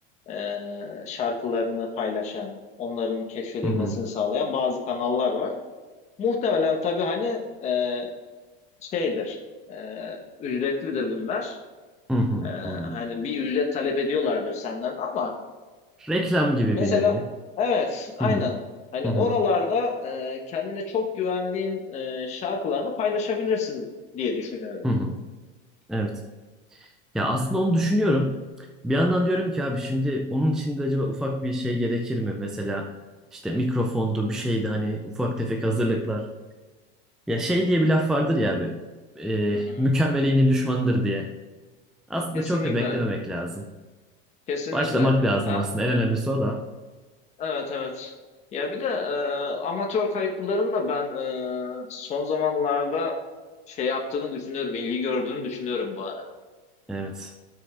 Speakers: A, on the left (about 25°); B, in the centre.
A: e, şarkılarını paylaşan, onların keşfedilmesini
B: Hı hı.
A: sağlayan bazı kanallar var. Muhtemelen tabii hani e, şeydir, e, ücretlidir bunlar.
B: Hı hı.
A: E,
B: Hı hı.
A: hani bir ücret talep ediyorlardır senden ama
B: Reklam gibi
A: Mesela
B: bir nevi.
A: evet aynen.
B: Hı hı.
A: Hani
B: Hı
A: oralarda
B: hı.
A: e, kendine çok güvendiğin e, şarkılarını paylaşabilirsin diye düşünüyorum.
B: Hı hı. Evet. Ya aslında onu düşünüyorum. Bir yandan diyorum ki abi şimdi onun için de acaba ufak bir şey gerekir mi? Mesela işte mikrofondu bir şeydi hani ufak tefek hazırlıklar. Ya şey diye bir laf vardır ya abi. E,
A: Hı hı.
B: mükemmeliğinin düşmanıdır diye. Aslında
A: Kesinlikle,
B: çok da beklememek lazım.
A: kesinlikle.
B: Başlamak lazım
A: A-
B: aslında. En önemlisi o da.
A: evet evet. Ya bir de e, amatör kayıtların da ben e, son zamanlarda şey yaptığını düşünüyorum, ilgi gördüğünü düşünüyorum bu arada.
B: Evet.